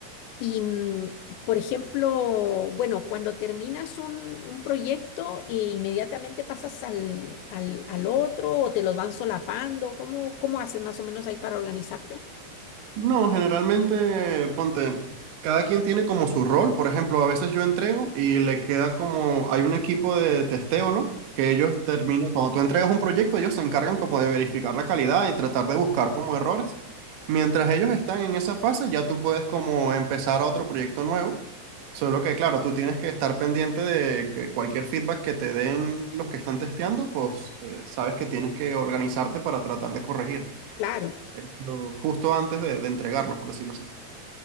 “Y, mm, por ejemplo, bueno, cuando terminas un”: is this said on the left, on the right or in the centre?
Left